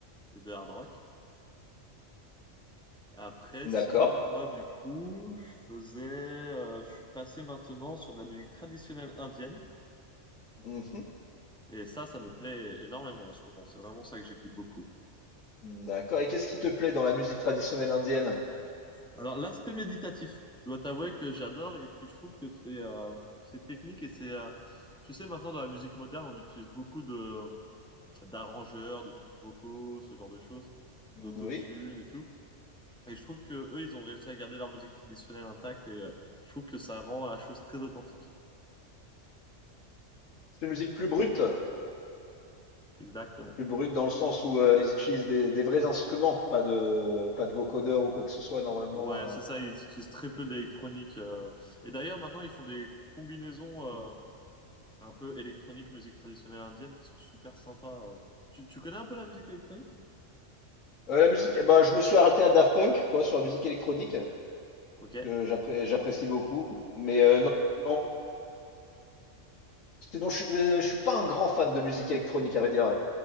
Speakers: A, in the centre; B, on the left (about 80°).
A: et de hard rock. Après,
B: D'accord.
A: sinon, moi, du coup, je faisais, euh, je suis passé maintenant sur de la musique traditionnelle indienne.
B: Mhm.
A: Et ça, ça me plaît énormément en ce moment. C'est vraiment ça que j'écoute beaucoup.
B: D'accord. Et qu'est-ce qui te plaît dans la musique traditionnelle indienne?
A: Alors, l'aspect méditatif, je dois t'avouer que j'adore et puis je trouve que c'est euh, c'est technique et c'est euh, tu sais maintenant dans la musique moderne, on utilise beaucoup de d'arrangeurs, de trucs vocaux, ce genre de choses,
B: Mmh,
A: d'autotune
B: Oui.
A: et tout. Et je trouve que eux, ils ont réussi à garder leur musique traditionnelle intacte et euh, je trouve que ça rend la chose très authentique.
B: C'est une musique plus brute,
A: Exactement.
B: plus brute dans le sens où euh, ils utilisent des, des vrais instruments, pas de, pas de vocodeurs ou quoi que ce soit normalement.
A: Ouais,
B: euh.
A: c'est ça, ils utilisent très peu d'électronique. euh. Et d'ailleurs, maintenant, ils font des combinaisons euh, un peu électronique, musique traditionnelle indienne qui sont super sympas. euh. Tu, tu connais un peu la musique électronique?
B: Euh, la musique, bah, je me suis arrêté à Daft Punk, quoi, sur la musique électronique,
A: Ok,
B: que j'appré- j'apprécie beaucoup. Mais euh, non, non, sinon, je suis, euh, je suis pas un grand fan de musique électronique, à vrai dire.